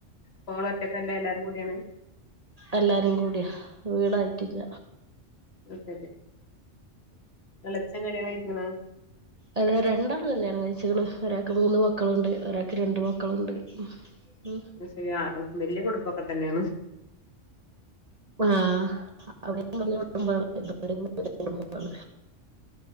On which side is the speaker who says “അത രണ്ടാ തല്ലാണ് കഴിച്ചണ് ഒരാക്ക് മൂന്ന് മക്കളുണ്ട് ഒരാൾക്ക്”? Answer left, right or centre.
Right